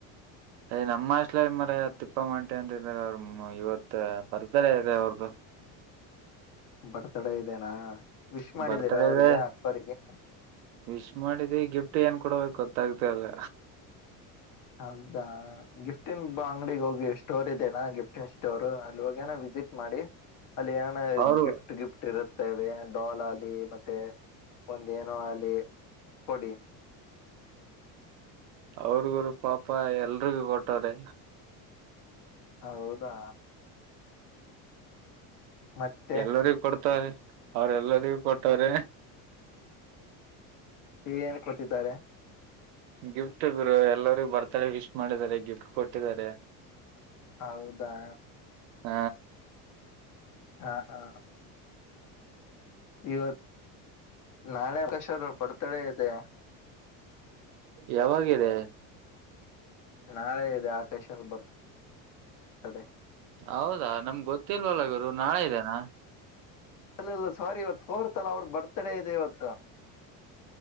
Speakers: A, on the right; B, on the left.
A: ಅಯ್ ನಮ್ಮ ಹಾಸ್ಟಲ್ಲಿ ಮರಯ ತಿಪ್ಪಮ್ಮಂಟಿ ಅಂತ ಇದಾರೆ, ಇವತ್ ಬರ್ತಡೆ ಇದೆ ಅವ್ರ್ದು.
B: ಬರ್ತ್ಡೇ ಇದೇನಾ ವಿಶ್ ಮಾಡಿದೀರಾ
A: ಬರ್ತ್ಡೇ
B: ಅವ್ರಿಗೆ
A: ಇದೆ
B: ಅಕ್ಕೋರಿಗೆ.
A: ವಿಶ್ ಮಾಡಿದೆ ಗಿಫ್ಟ್ ಏನ್ ಕೊಡಬೇಕು ಗೊತ್ತಾಗ್ತ ಇಲ್ಲ.
B: ಹೌದಾ ಗಿಫ್ಟನ್ ಅಂಗಡಿಗೆ ಹೋಗಿ ಸ್ಟೋರ್ ಇದೆೇನಾ ಗಿಫ್ಟನ್ ಸ್ಟೋರ್ ಅಲ್ಲಿ ಹೋಗೇನ ವಿಸಿಟ್ ಮಾಡಿ ಅಲ್ಲಿ ಏನ
A: ಅವರು
B: ಗಿಫ್ಟ್ ಗಿಫ್ಟ್ ಇರುತ್ತೇವೆ ಡೋಲ್ ಅಗ್ಲಿ, ಮತ್ತೆ ಒಂದೇನ ನ ಅಲ್ಲಿ ಕೊಡಿ
A: ಅವ್ರಗುರು ಪಾಪ ಎಲ್ರಿಗೂ ಕೊಟ್ಟಾರೆ.
B: ಹೌದಾ ಮತ್ತೆ
A: ಎಲ್ಲರಿಗ ಕೊಡ್ತಾರೆ ಅವ್ರ ಎಲ್ಲರಿಗೂ ಕೊಟ್ಟೋರೆ.
B: ಏನ್ ಕೊಟ್ಟಿದ್ದಾರೆ?
A: ಗಿಫ್ಟ್ ಗುರು, ಎಲ್ಲರಿಗು ಬರ್ತ್ಡೆ ವಿಶ್ ಮಾಡಿದ್ದಾರೆ ಗಿಫ್ಟ್ ಕೊಟ್ಟಿದ್ದಾರೆ.
B: ಹೌದಾ
A: ಹಾ
B: ಹಾ ಹಾ ಇವತ್ ನಾಳೆ ಅಕಶದು ಬರ್ತ್ಡೇ ಇದೆ.
A: ಯಾವಾಗಿದೆ?
B: ನಾಳೆ ಇದೆ ಆಕಾಶಂದು ಬರ್ ತಡೆ.
A: ಹೌದಾ ನಮ್ಗ್ ಗೊತ್ತಿಲ್ವಲ್ಲ ಗುರು ನಾಳೆ ಇದೇನಾ?
B: ಅಲ್ಲಲ್ಲ ಸಾರಿ ಇವತ್ ಫೋರ್ತಲ್ಲ ಅವ್ರ ಬರ್ತ್ಡೇ ಇದೆ ಇವತ್ತು.